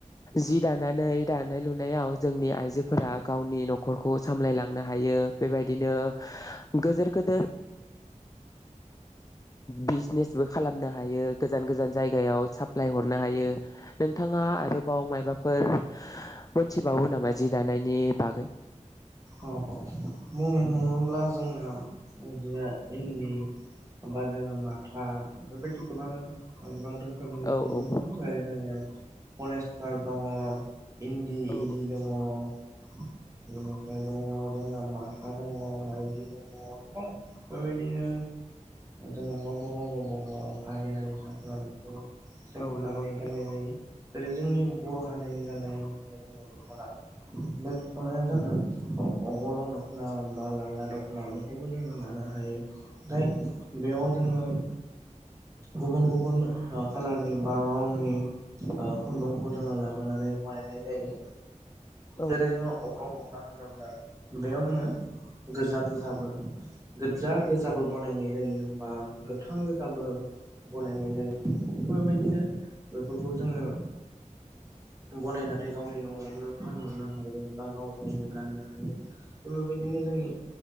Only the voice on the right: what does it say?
अ बुंनो थाङोब्ला जोंना जिया इन्दि बा जोङो माथा बेबायदि गोबां गोबांथार फोरनि
खुन्दुं
दं जेरै- जोङो फलेज फोर दङ। इन्दि
इरि
दङ। <unintelligible> दङ जोंना माथा दङ माइदि दङ गोबां बेबायदिनो जोङो गावबा गाव गावबा गाव हारि हारिसाफोरा बेखौ सायखनानै
गाननाय जायो जेरै जोंनि बर' हारिनि गाननाय होनोब्ला जोङो दख'ना बे दख'नाया जोंना अगरं दखना बा लांगा दखना बेखौबो जोङो लानो हायो नथाय बेयाव जोंङो गुबुन गुबुन खालारनि बा रंनि <inaudible> ओ खुन्दुंखौ जोङो ला नानै बानायनाय जायो
जेरै जोङो अब्रं मा होनोब्ला बेयाव जोङो गोजा गोजाबो गोजा गोजाबो बनायनाय जायो बा गोथां गोजाबो बनायनाय जायो। बेफोरबायदिनो बेफोरखौ जोंङो बनायनानै गावनि न'आवनो फानहरनो हायो बा गाव नो गाननो हायो बिदिनो जोंनि